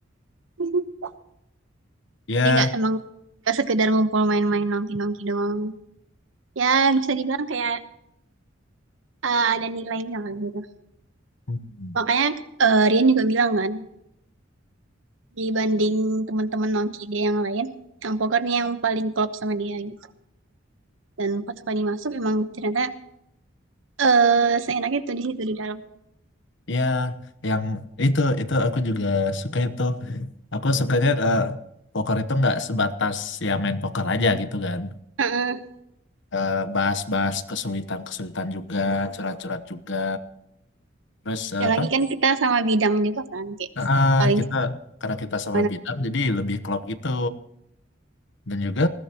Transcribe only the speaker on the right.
<laughs>
Jadi nggak emang nggak sekedar ngumpul main-main nongki-nongki doang. Ya bisa dibilang kayak eh, ada nilainya lah gitu.
Makanya eh, Rian juga bilang kan, dibanding teman-teman nongki dia yang lain, yang poker nih yang paling klop sama dia gitu. dan pas Fani masuk emang ternyata eh seenak tuh di situ di dalam
Heeh.
dan
lagi kan kita sama bidang juga kan kayak
paling
gimana